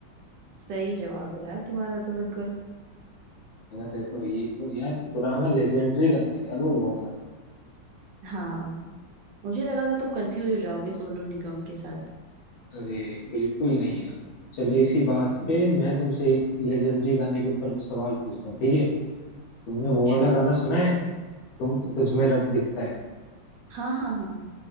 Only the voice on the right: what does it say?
सही जवाब है यार तुम्हारा तो बिल्कुल
हाँ मुझे लगा था तुम कंफ्यूज हो जाओगे सोनू निगम के साथ
पूछो
हाँ हाँ हाँ